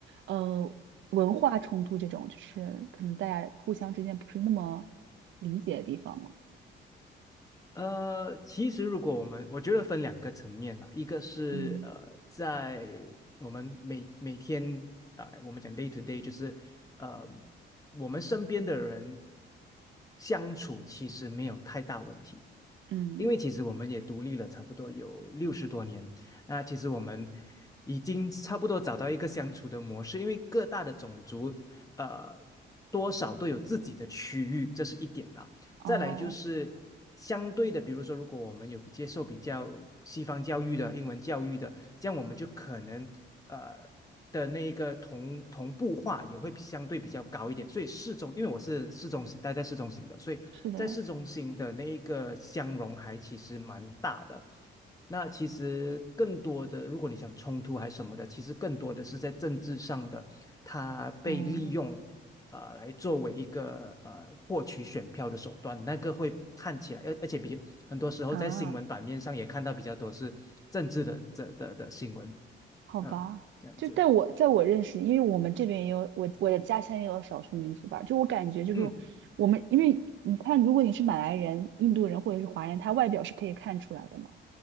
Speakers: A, on the right; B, on the left.
A: 呃文化冲突这种，就是可能大家互相之间不是那么理解的地方吗？
B: 呃，其实如果我们，我觉得分两个层面啦，一个是呃，
A: 嗯
B: 在我们每每天啊、呃我们讲 day to day，就是呃，我们身边的人相处其实没有太大问题，
A: 嗯，
B: 因为其实我们也独立了差不多有六十多年，那其实我们已经差不多找到一个相处的模式，因为各大的种族呃多少都有自己的区域，这是一点啦。
A: 哦，
B: 再来就是相对的，比如说，如果我们有比接受比较西方教育的英文教育的，这样我们就可能呃的那一个同同步化也会相对比较高一点。所以市中，因为我是市中心，待在市中心的，所以在市中心的那一个相容还其实蛮大的。
A: 是的，
B: 那其实更多的，如果你想冲突还是什么的，其实更多的是在政治上的，它被利用
A: 哦
B: 啊，来作为一个呃获取选票的手段，那个会看起来，而而且比较很多时候在新闻版面上也看到比较多是政治的这的的新闻
A: 啊，好吧，
B: 啊，这样子，
A: 就在我在我认识，因为我们这边也有我我的家乡也有少数民族吧，就我感觉就是
B: 嗯
A: 我们，因为你看，如果你是马来人、印度人或者是华人，他外表是可以看出来的嘛，